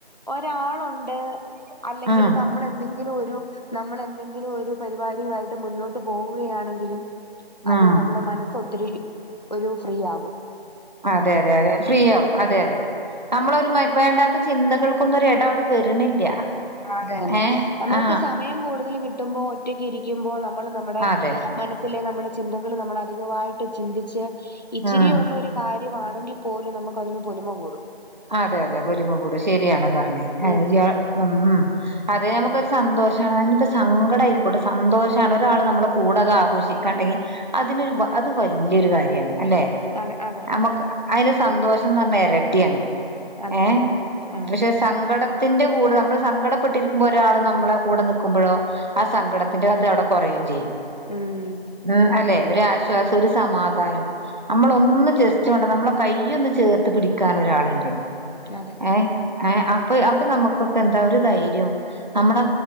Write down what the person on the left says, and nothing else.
ഒരാളുണ്ട് അല്ലെങ്കില്
നമ്മളെന്തെങ്കിലു ഒരു നമ്മൾ എന്തെങ്കിലും ഒരു പരിപാടിയുമായിട്ട് മുന്നോട്ട് പോവുകയാണെങ്കിലും അത്
നമ്മുടെ മനസ്സൊ ത്തിരി ഒരു ഫ്രീ ആകും
അതെന്നെ
നമ്മൾക്ക്
സമയം കൂടുതൽ കിട്ടുമ്പോ ഒറ്റക്ക് ഇരിക്കുമ്പോ നമ്മള് നമ്മടെ
മനസ്സിലെ നമ്മളെ ചിന്തകൾ നമ്മള അധികവായിട്ട് ചിന്തിച്ച് ഇച്ചിരിയുളെളാരു
കാര്യമാണെങ്കി പോലും നന്മക്കതിന് പൊലിമ കൂടും
ഉം
അതെ അതെ
അതെ
അതെ അതെ ആഹ്
ഉം
ഇക്കതെ